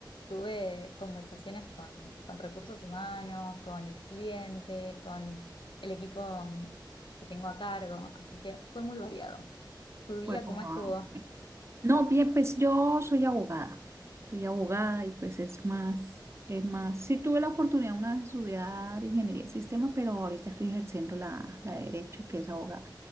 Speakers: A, on the left (about 85°); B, on the right (about 35°).
A: tuve conversaciones con, con recursos humanos, con el cliente, con el equipo mm, que tengo a cargo, así que fue muy variado. ¿Tu día
B: fue, wow,
A: cómo estuvo?
B: ok. No, bien, pues yo soy abogada. Soy abogada y pues es más, es más. Sí tuve la oportunidad una vez de estudiar ingeniería de sistema, pero ahorita estoy ejerciendo la, la de derecho, que es abogada.